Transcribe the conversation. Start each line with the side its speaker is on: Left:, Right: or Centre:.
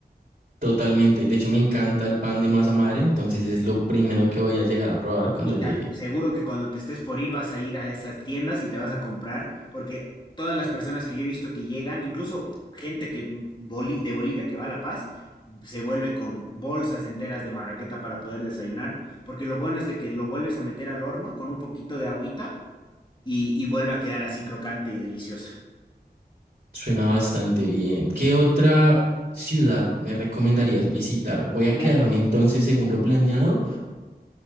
Right: totalmente. De hecho, me encanta el pan de masa madre, entonces es lo primero que voy a llegar a probar cuando
Left: Y
Right: llegue.
Left: te ac- seguro que cuando te estés por ir vas a ir a esas tiendas y te vas a comprar, porque todas las personas que yo he visto que llegan, incluso gente que boli- de Bolivia que va a La Paz, se vuelve con bolsas enteras de marraqueta para poder desayunar, porque lo bueno es de que lo vuelves a meter al horno con un poquito de agüita y, y vuelve a quedar así crocante y deliciosa.
Right: Suena bastante bien. ¿Qué otra ciudad me recomendarías visitar? Voy a
Left: ya
Right: quedarme entonces, según lo planeado,